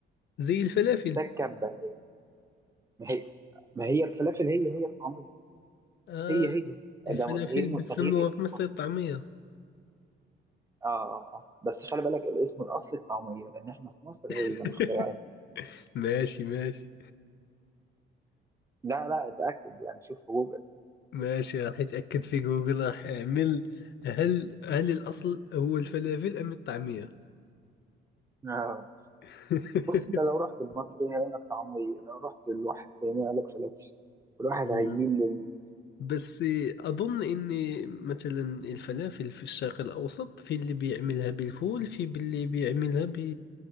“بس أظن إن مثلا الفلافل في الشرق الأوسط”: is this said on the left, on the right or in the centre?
Left